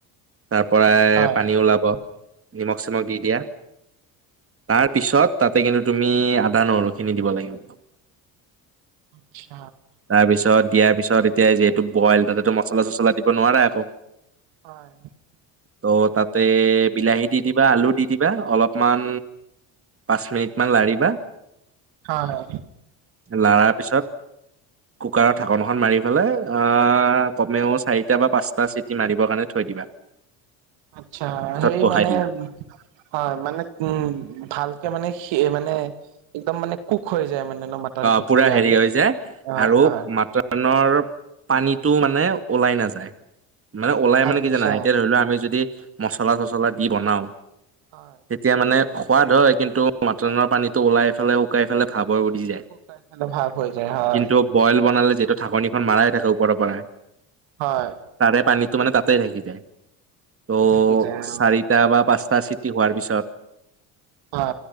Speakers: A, on the right; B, on the right.
A: তাৰ পৰাই
B: হয়,
A: পানী ওলাব নিমখ চিমখ দি দিয়া। তাৰ পিছত তাতে কিন্তু তুমি আদা নহৰু খিনি দিব লাগিব। <unintelligible>
B: <unintelligible>
A: তাৰপিছত দিয়াৰ পিছত এতিয়া যিহেতু বইল তাতেতো মচলা চছলা দিব নোৱাৰে একো ত'
B: হয়।
A: তাতে বিলাহী দি দিবা আলু দি দিবা অলপ। অলপমান পাঁচ মিনিট মান লাৰিবা
B: হয়,
A: লাৰাৰ পিছত কুকাৰৰ ঢাকনখন মাৰি ফেলাই অ' কমেও চাৰিটা বা পাঁচটা চিটি মাৰিব কাৰণে থৈ দিব
B: আচ্ছা সেই
A: বহাই
B: মানে
A: দিলা
B: হয়, মানে উম ভালকে মানে সে মানে একদম মানে কুক হৈ যায় মানে। ন মটনটো
A: অ' পুৰা
B: তেতিয়া
A: হেৰি
B: আৰু
A: হৈ যায়
B: হয়,
A: আৰু
B: হয়,
A: মটনৰ পানীতটো মানে ওলাই নাযায় মানে ওলাই মানে
B: আচ্ছা।
A: কি জানাই এতিয়া ধৰি লোৱা আমি যদি মচলা চছলা দি বনাও
B: হয়,
A: তেতিয়া মানে সোৱাদ হয়, কিন্তু মটনৰ পানীটো ওলাই ফেলে শুকাই ফেলে খাব <unintelligible>
B: শুকাই খালে ভাল হৈ যায় হয়,
A: কিন্তু বইল বনালে যিহেতু ঢাকনিখন মাৰাই থাকে। ওপৰৰপৰা
B: হয়।
A: তাৰে পানীটো মানে তাতেই থাকি যায়। ত'
B: থাকি যায়
A: চাৰিটা বা পাঁচটা চিটি হোৱাৰ পিছত
B: অ হয়